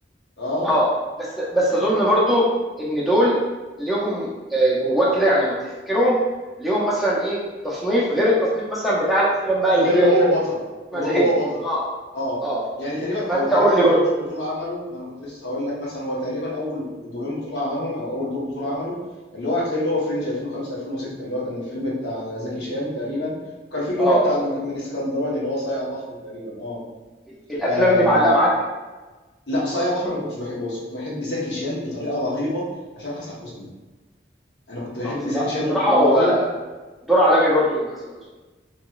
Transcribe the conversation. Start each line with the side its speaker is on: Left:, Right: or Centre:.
Left: اه
Centre: اه بس بس اظن برضه ان دول ليهم آه، جواك كده يعني لما تفتكرهم ليهم مثلا ايه تصنيف غير التصنيف مثلا بتاع الافلام بقى اللي
Left: غير
Centre: هي
Left: ان هو
Centre: ايه
Left: بطل
Centre: احمد
Left: غير
Centre: حلمي
Left: هو بطل
Centre: اه
Left: اه
Centre: اه
Left: يعني تقريبا
Centre: فانت
Left: او تقريبا
Centre: قول لي
Left: اول
Centre: برضه
Left: دور بطوله عمله ما انا كنت لسه هقول لك مثلا هو تقريبا اول دورين بطوله عملهم او اول دور بطوله عمله اللي هو هتلاقيه اللي هو فرنج 2005 2006 اللي هو كان الفيلم بتاع زكي شان تقريبا وكان في اللي
Centre: اه
Left: هو بتاع لما كان من اسكندراني اللي هو صايع بحر تقريبا اه,
Centre: ال- الافلام
Left: آه
Centre: دي معلقه معاك
Left: لا صايع بحر ما كنتش بحبه بس كنت بحب زكي شان بطريقه رهيبه عشان حسن حسني انا كنت بحب
Centre: اه بصراحه
Left: زكي شان
Centre: بصراحه
Left: وهقول
Centre: هو دور عالمي برضو من حسن حسني